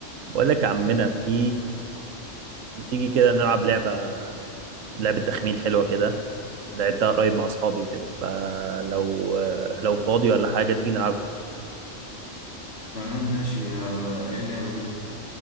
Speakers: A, on the right; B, on the left.
A: بقول لك يا عمنا في ما تيجي كده نلعب لعبة لعبة تخمين حلوة كده لعبتها قريب مع أصحابي وكده فلو لو فاضي ولا حاجة تيجي نلعبها
B: تمام ماشي آه، ايه اللعبة دي